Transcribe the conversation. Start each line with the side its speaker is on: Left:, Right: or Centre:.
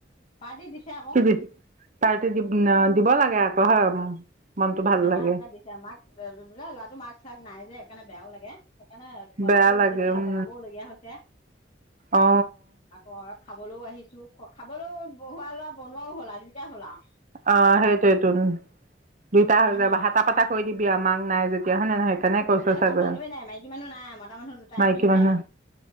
Left: পাৰ্টি দিছে আকৌ।
Right: কি দি পাৰ্টি দি দিব লাগে আকৌ
Left: অ'।
Right: হয়। মনটো ভাল
Left: খানা
Right: লাগে
Left: এটা দিছে মাক ব ল'ৰাটো মাক চাক নাই যে। সেইকাৰণেনে বেয়া ও লাগে। সেইকাৰণে বনাবও
Right: বেয়া লাগে
Left: মাতিছে
Right: উম
Left: বনাবও লগীয়া হৈছে
Right: অ
Left: আকৌ। খাবলেও আহিছোঁ। খাবলৈও বহোৱা লোৱা বন। ও'হলা দুুইটাই হলা আও।
Right: অহ সেইটো উম! দুইটা হৈ
Left: মই
Right: যাব হাতা-পাতা কৰি দিবি মাক নাই যে এতিয়াহ নে ন সেইকাৰণে
Left: উম
Right: কৈছ
Left: সিহঁতৰ
Right: চাগৈ,
Left: ঘৰত মানুহে নাই মাইকী মানুহ নাই মতা মানুহ দুটাই
Right: মাইকী
Left: তিনটাই
Right: মানুহ